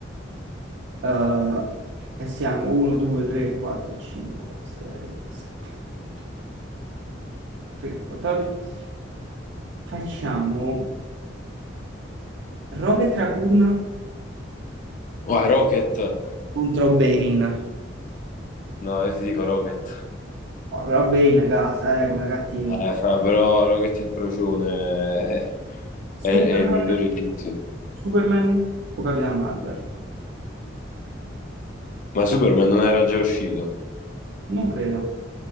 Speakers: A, on the right; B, on the left.
A: eh, e siamo 1, 2, 3, 4, 5, 6, 7, 8, 13, 14. Facciamo Rocket Raccoon
B: Oh, Rocket!
A: contro Bane.
B: No, io ti dico Rocket.
A: Oh, però Bane è casa, eh, come cattiva.
B: Eh, fra, però Rocket il procione è, è-
A: Superman,
B: è il migliore di tutti.
A: Superman o Capitan Marvel?
B: Ma Superman non era già uscito?
A: Non credo.